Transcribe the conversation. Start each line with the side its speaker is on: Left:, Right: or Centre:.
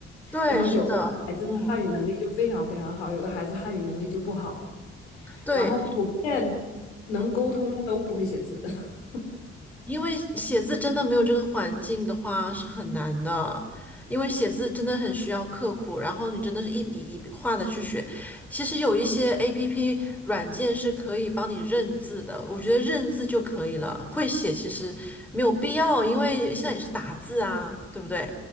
Centre: 对，
Left: 然后有孩子的汉语能力就非常非常好，
Centre: 是的，嗯，
Left: 有的孩子汉语能力就不好，
Centre: 对，
Left: 然后普遍能沟通的都不会写字。
Centre: 嗯，
Left: <laughs>
Centre: 因为写字真的没有这个环境的话是很难的，因为写字真的很需要刻苦，然后你真的是一笔一笔画的去学。其实有一些 APP 软件是可以帮你认字的，我觉得认字就可以了，会写其实没有必要，因为现在也是打字啊，对不对？